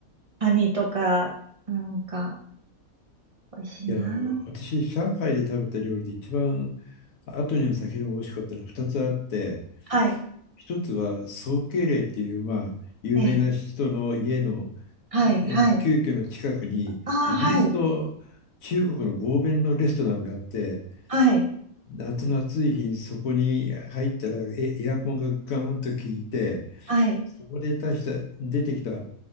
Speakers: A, on the right (about 30°); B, on the left (about 70°).
A: カニとか、なんか、美味しいな
B: いや、私、上海で食べた料理で一番後にも先にも美味しかったのは2つあって、
A: あ。はい。
B: 1つは宋慶齢っていう、まあ、有名な人の家のいや旧居の近くに、
A: ええ、はい、はい。ああ、
B: イギリスと中国の合弁のレストランがあって、
A: はい、はい、
B: 夏の暑い日にそこに入ったらエ、エアコンがガーンと効いて、
A: はい。
B: そこで出した、出てきた